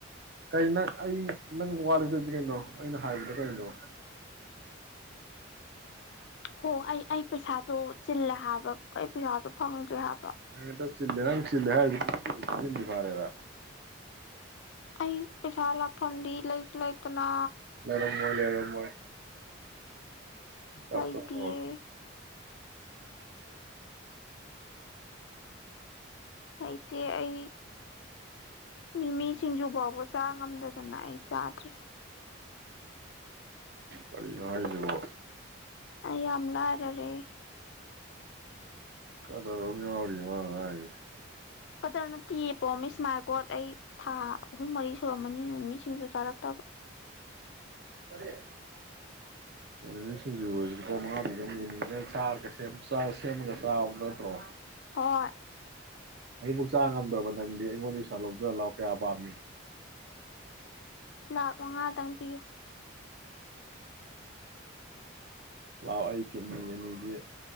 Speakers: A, on the right; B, on the left.
A: ꯀꯩꯅꯣ ꯅꯪ ꯑꯩ ꯅꯪ ꯋꯥ ꯂꯩꯊꯣꯛꯏꯁꯦ ꯀꯩꯅꯣ ꯑꯩꯅ ꯍꯥꯏꯕꯗ ꯀꯩꯅꯣ
B: ꯍꯣ ꯑꯩ ꯑꯩ ꯄꯩꯁꯥ ꯗꯣ ꯆꯤꯜꯂꯦ ꯍꯥꯏꯕ ꯑꯩ ꯄꯩꯁꯥꯁꯨ ꯐꯪꯗ꯭ꯔꯤ ꯍꯥꯏ
A: ꯍꯦ ꯗꯨꯠ ꯆꯤꯛꯂꯦ ꯅꯪ ꯆꯤꯜꯂꯦ ꯍꯥꯏꯔꯤꯖꯦ ꯀꯨꯢꯗꯤ ꯀꯨꯢꯔꯦ ꯆꯍꯤ ꯑꯃꯥꯗꯤ ꯐꯔꯦꯗ
B: ꯑꯩ ꯄꯩꯁꯥ ꯂꯥꯛꯐꯝꯗꯤ ꯂꯩꯁꯨ ꯂꯩꯇꯅꯥ
A: ꯂꯩꯔꯝꯃꯣꯏ ꯂꯩꯔꯝꯃꯣꯏ ꯇꯞ
B: ꯋꯥꯢꯇꯤꯌꯦ
A: ꯇꯞ ꯇꯧꯔꯒ
B: ꯍꯩꯇꯦ ꯑꯩ ꯃꯤꯃꯤ ꯁꯤꯡꯖꯨ ꯐꯥꯎꯕ ꯆꯥ ꯉꯝꯗꯥꯗꯅ ꯑꯩ ꯆꯥꯗ꯭ꯔꯦ
A: ꯀꯔꯤꯅꯣ ꯍꯥꯢꯁꯤꯕꯣ
B: ꯑꯩ ꯌꯥꯝ ꯂꯥꯢꯔꯔꯦ
A: ꯀꯥꯗ꯭ꯔ ꯑꯃꯥ ꯌꯥꯎꯔꯤꯌꯦ ꯃꯅꯤ ꯉꯥꯡꯉꯤꯁꯦ
B: ꯀꯥꯗ꯭ꯔ ꯅꯠꯇꯤꯌꯦ ꯄ꯭ꯔꯣꯃꯤꯁ ꯃꯥꯏꯒꯣꯠ ꯑꯩ ꯊꯥ ꯑꯍꯨꯝ ꯃꯔꯤ ꯁꯨꯔꯝꯃꯅꯤ ꯃꯤꯃꯤꯁꯤꯡꯖꯨ ꯆꯥꯔꯛꯇꯕ
A: ꯀꯔꯤ ꯀꯩꯅꯣ ꯃꯤꯃꯤ ꯁꯤꯡꯖꯨꯖꯤꯕꯣ ꯂꯨꯄꯥ ꯃꯉꯥ ꯄꯤꯕ ꯃꯤꯃꯤ ꯑꯃꯥ ꯂꯩꯔ ꯆꯔꯥꯒ ꯁꯦꯝꯃꯒ ꯆꯥꯕꯗꯣ ꯅꯠꯇ꯭ꯔꯣ
B: ꯍꯣꯏ
A: ꯎꯝ ꯑꯗꯨꯐꯥꯎ ꯆꯥ ꯉꯝꯗ꯭ꯔꯕ ꯅꯪꯗꯤ ꯑꯩꯉꯣꯟꯗꯒꯤ ꯄꯩꯁꯥ ꯂꯧꯖꯧ ꯂꯥꯎ ꯀꯌꯥ ꯄꯥꯝꯃꯤ
B: ꯂꯥꯛ ꯃꯉꯥꯗꯪ ꯄꯤꯌꯨ
A: ꯂꯥꯛꯑꯣ ꯑꯩ ꯀꯤꯇꯅꯤ ꯑꯅꯤꯁꯤ